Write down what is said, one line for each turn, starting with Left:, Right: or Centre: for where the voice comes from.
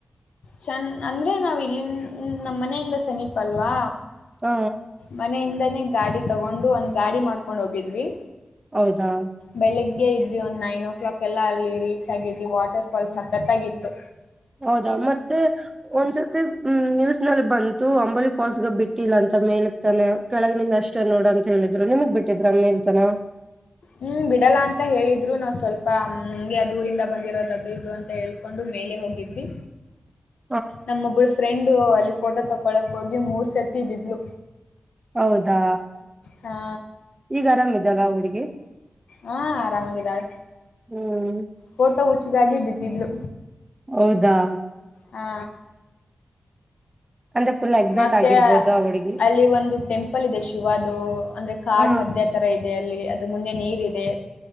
Left: ಚಂದ ಅಂದ್ರೆ ನಾವ್ ಇಲ್ಲಿಂದ ನಮ್ಮ್ ಮನೆಯಿಂದ ಸನೀಪಲ್ವಾ
Right: ಹ
Left: ಮನೆಯಿಂದಾನೇ ಗಾಡಿ ತಗೊಂಡು ಒಂದ್ ಗಾಡಿ ಮಾಡ್ಕೊಂಡ್ ಹೋಗಿದ್ವಿ
Right: ಹೌದಾ
Left: ಬೆಳಗ್ಗೆ ಇದ್ವಿ ಒಂದು ನೈನ್ ಓ ಕ್ಲಾಕ್ ಎಲ್ಲ ಅಲ್ಲಿ ರೀಚ್ ಆಗಿದ್ವಿ ವಾಟರ್ ಫಾಲ್ಸ್ ಸಕ್ಕತ್ತಾಗಿತ್ತು.
Right: ಹೌದಾ ಮತ್ತೆ ಒಂದ್ಸತಿ ನ್ಯೂಸ್ನಲ್ಲಿ ಬಂತ. ಇತ್ತು ಅಂಬಲಿ ಫಾಲ್ಸ್ಗಾಗ ಬಿಟ್ಟಿಲ್ಲ ಅಂತ ಮೇಲಗ ತಾನ ಕೆಳಗಿನಿಂದ ಅಷ್ಟೇ ನೋಡ ಅಂತ ಹೇಳಿದ್ರು ನಿಮಗ್ ಬಿಟ್ಟ ಬಿಟ್ಟಿದ್ರಾ ಮೇಲ್ ತಾನ.
Left: ಹ್ಮ್ ಬಿಡಲ್ಲ ಅಂತ ಹೇಳಿದ್ರು ನಾವು ಸ್ವಲ್ಪ ಹಂಗೆ ಆ ದೂರಿಂದ ಬಂದಿರೋದು ಅದು ಇದು ಅಂತ ಹೇಳ. ಒಂದು ಮೇಲೆ ಹೋಗಿದ್ವಿ.
Right: <inaudible>
Left: ನಮ್ಮ ಒಬ್ಬಳ ಫ್ರೆಂಡು ಅಲ್ಲಿ ಫೋಟೋ ತಕ್ಕೊಳಿಕೆ ಹೋಗಿ ಮೂರ್ ಸರ್ತಿ ಬಿದ್ಲು.
Right: ಹೌದಾ
Left: ಹಾ
Right: ಈಗ ಆರಾಮ್ ಇದಲ್ಲಾ ಹುಡ್ಗಿ.
Left: ಹಾ ಆರಾಮಾಗಿದ್ದಾಳೆ
Right: ಹ್ಮ್
Left: ಫೋಟೋ ಹುಚ್ಚಗಾಗಿ ಬಿದ್ದಿದ್ಲು.
Right: ಹೌದಾ
Left: ಹಾ
Right: ಅಂದ್ರೆ ಫುಲ್ ಎಕ್ಸೈಟ್
Left: ಮತ್ತೆ
Right: ಆಗಿರ್ಬೋದು ಆ ಹುಡ್ಗಿ
Left: ಅಲ್ಲಿ ಒಂದು ಟೆಂಪ ಟೆಂಪಲ್ ಇದೆ ಶಿವದು ಅಂದ್ರೆ ಕಾಡ್
Right: ಹ
Left: ಮಧ್ಯ ತರ ಇದೆ ಅಲ್ಲಿ ಅದ್ರ ಮುಂದೆ ನೀರ್ ಇದೆ.